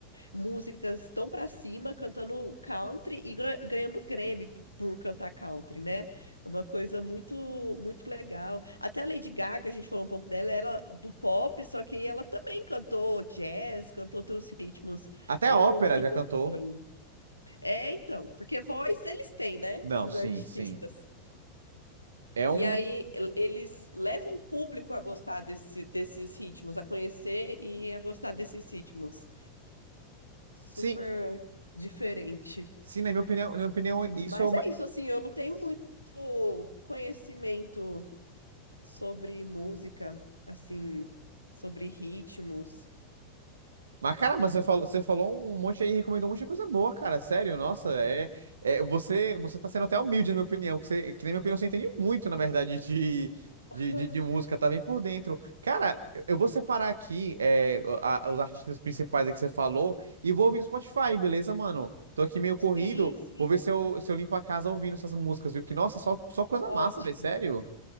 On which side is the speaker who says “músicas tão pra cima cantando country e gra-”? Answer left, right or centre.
Left